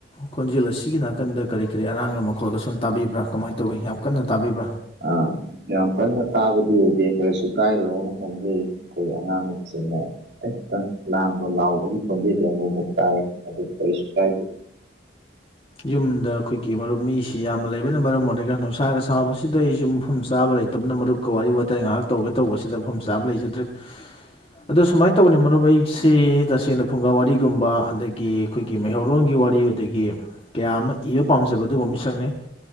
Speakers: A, on the left (about 30°); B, on the right (about 65°).
A: ꯈꯣꯟꯖꯦꯜ ꯑꯁꯤꯒꯤ ꯅꯥꯀꯟꯗ ꯀꯔꯤ ꯀꯔꯤ ꯑꯔꯥꯡ ꯑꯃ ꯃꯈꯣꯜꯒ ꯁꯨꯝ ꯇꯥꯕꯤꯕ꯭ꯔꯥ ꯀꯃꯥꯏꯅ ꯇꯧꯋꯤ ꯌꯥꯝ ꯀꯟꯅ ꯇꯥꯕꯤꯕ꯭ꯔꯥ
B: ꯑꯥ ꯌꯥꯝ ꯀꯟꯅ ꯇꯥꯕꯗꯤ ꯑꯣꯏꯗꯦ ꯀꯔꯤꯁꯨ ꯀꯥꯏꯔꯣꯏ ꯍꯥꯏꯅ ꯈꯟꯖꯩ ꯑꯩꯈꯣꯏꯒꯤ ꯑꯉꯥꯡꯁꯤꯡꯅ <unintelligible> ꯂꯥꯡꯕ ꯂꯥꯎꯕꯒꯤ ꯄꯣꯝꯖꯦꯗ ꯑꯃꯨꯛ ꯑꯃꯨꯛ ꯇꯥꯏ ꯑꯗꯨꯕꯨ ꯀꯔꯤꯁꯨ ꯀꯥꯏꯗꯦ
A: ꯌꯨꯝꯗ ꯑꯩꯈꯣꯏꯒꯤ ꯃꯔꯨꯞ ꯃꯤꯁꯤ ꯌꯥꯝꯅ ꯂꯩꯕꯅ ꯃꯔꯝ ꯑꯣꯏꯔꯒ ꯅꯨꯡꯁꯥꯒ ꯁꯥꯎꯕꯁꯤꯗ ꯑꯩꯁꯨ ꯃꯐꯝ ꯆꯥꯕ ꯂꯩꯇꯦ ꯇꯕꯅ ꯃꯔꯨꯞꯀ ꯋꯥꯔꯤ ꯋꯥꯇꯥꯏ ꯉꯥꯏꯍꯥꯛ ꯇꯧꯒ ꯇꯧꯕꯁꯤꯗ ꯃꯐꯝ ꯆꯥꯕ ꯂꯩꯖꯗ꯭ꯔꯦ ꯑꯗ ꯁꯨꯃꯥꯏꯅ ꯇꯧꯕꯅꯤ ꯃꯔꯨꯞ ꯑꯩꯁꯦ ꯇꯁꯦꯡꯅ ꯐꯨꯡꯒꯥ ꯋꯥꯔꯤꯒꯨꯝꯕ ꯑꯗꯒꯤ ꯑꯩꯈꯣꯏꯒꯤ ꯃꯩꯍꯧꯔꯣꯟꯜꯒꯤ ꯋꯥꯔꯤ ꯑꯗꯒꯤ ꯀꯌꯥ ꯑꯃ ꯏꯕ ꯄꯥꯝꯖꯕ ꯑꯗꯨꯒꯨꯝꯕ ꯃꯤꯁꯛꯅꯤ